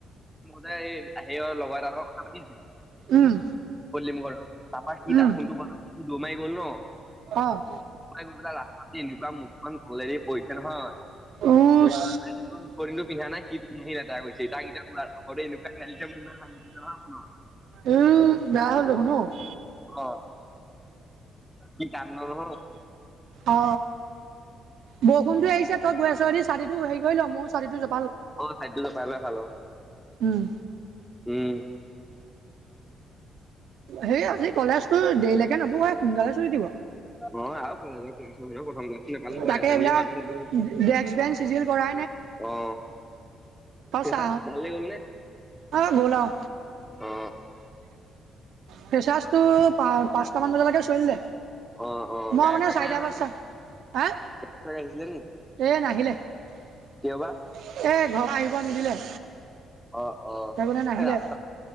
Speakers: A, in the centre; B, on the right.
A: মোৰমতে এই সেৰিয়ৰ লগৰ কথা পাতিবি
B: উম,
A: পল্লিম ঘৰত তাপা সি
B: উম,
A: তাৰ ফোনটো স দ মাৰি গ'ল ন
B: অ',
A: লাষ্ট এনেকুৱা মুখখন তলেৰি পৰিছে নহয়।
B: উচ
A: নতুন ইচপটিঙ পিন্ধা নাই সি পিন্ধি লেতেৰা কৰিছে তাক এতিয়া <unintelligible> ইমান হাঁহি উঠিছে নহয় ফোনত
B: উম বেয়া হ'ল দেখোন ঔ অহ
A: অ কি কাণ্ড নহয়
B: অ বৰষুণটো এৰিছে তই গৈ আছ যদি ছাটিটো হেৰি কৰি ল মও ছাটিটো জপ-
A: অ চাতিটো জপাই ললে ভাল অ
B: উম,
A: উম
B: সেই আজি কলেজতো দেৰিলৈকে নপঢ়াই সোনকালে ছুটি দিব।
A: অ আৰু কলেজৰ ক্লাছ নহয় নহয় প্ৰথম ক্লাছটো নাপালো
B: তাকে
A: হয় এছেম্বলি
B: এইবিলাক
A: হোৱাৰ পিছত
B: ডেক্স বেঞ্চ চিজিল কৰা
A: অ
B: অ
A: ফ্ৰেচাৰ্ছ
B: চা
A: ভালে গ'ল নে
B: অ গল আও
A: অ
B: ফেচাচ টো পা-পাঁচটামান বজালৈকে চলিলে
A: অ অ
B: মই
A: গায়ক
B: মানে
A: চায়ক
B: চাৰিটা
A: নাই অহা
B: পাচটা
A: ন
B: হা!
A: চাগে আহিছিলে নি
B: এ নাহিলে এ
A: কিয় বা
B: ঘৰত পৰা আহিব নিদিলে।
A: অ অ
B: টেগোনে নাহিলে
A: এই ৰাস্তা